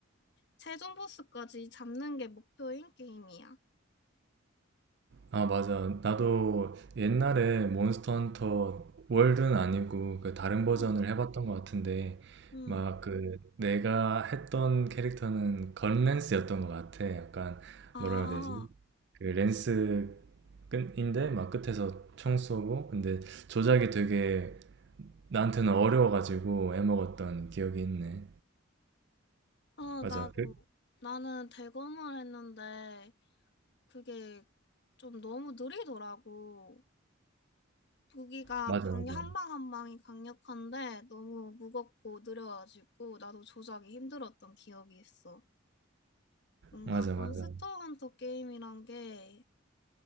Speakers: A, on the left; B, on the right.
A: 최종 보스까지 잡는 게 목표인 게임이야.
B: 아, 맞아. 나도 옛날에 몬스터 헌터 월드는 아니고 그 다른 버전을
A: 응,
B: 해봤던 것 같은데
A: 응.
B: 막
A: 음.
B: 그 내가 했던 캐릭터는 건랜스였던 것 같아. 약간
A: 아,
B: 뭐라 해야 되지? 그 랜스 끝인데 막 끝에서 총 쏘고 근데 조작이 되게 나한테는 어려워가지고 애먹었던 기억이 있네.
A: 어,
B: 맞아.
A: 나도,
B: 그
A: 나는 대검을 했는데, 그게 좀 너무 느리더라고. 무기가
B: 맞아
A: 강력,
B: 맞아
A: 한 방 한 방이 강력한데, 너무 무겁고 느려가지고, 나도 조작이 힘들었던 기억이 있어. 뭔가
B: 맞아 맞아
A: 몬스터 헌터 게임이란 게,